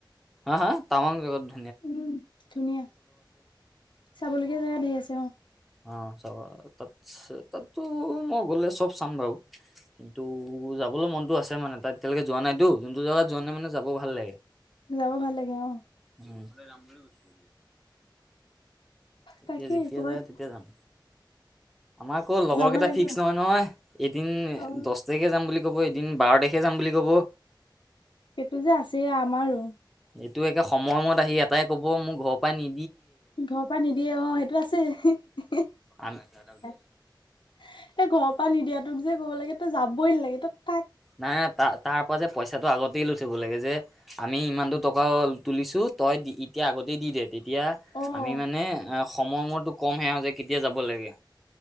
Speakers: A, in the centre; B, on the left (about 80°).
A: হা, হা টাৱাং জাগাটো।
B: উম, ধুনীয়া। চাবলগীয়া জেগা ধেৰ আছে অ'।
A: অ' চ তাত তাতো মই গ'লে চ'ব চাম বাৰু। কিন্তু যাবলৈ মনতো আছে মানে তাত। এতিয়ালৈকে যোৱা নাইতো যোনটো জেগাত যোৱা নাই মানে যাব ভাল লাগে।
B: যাব ভাল লাগে অ'।
A: সোনকালে যাম বুলি কৈছো। তেতিয়া
B: তাকেই
A: যেতিয়া
B: কৰ'বাত
A: যায় তেতিয়া যাম। আমাৰ আকৌ লগৰ
B: যাব
A: কেইটা
B: লাগিব
A: ফিক্স নহয় নহয়। এদিন
B: অ
A: দচ তাৰিখে যাম বুলি ক'ব এদিন বাৰ তাৰিখে যাম বুলি ক'ব।
B: সেইটো যে আছে আমাৰো।
A: এইটো একে সময়মূৰত আহি এটাই কব মোৰ ঘৰৰ পৰাই নি
B: ঘৰৰ পৰা নিদিয়ে অ' সেইটো আছে। এই
A: আমি
B: ঘৰৰ পৰা নিদিয়াতোক যে ক'ব লাগে তই যাবই নালাগে তই থাক।
A: নাই নাই ত তাৰ পৰা যে পইচাটো আগতেই লৈ থব লাগে যে আমি ইমান টো টকা তুলিছো তই দি এতিয়া আগতেই দি দে। তেতিয়া
B: অ
A: আমি মানে আহ সময়মূৰত তোক কম হে যে কেতিয়া যাব লাগে।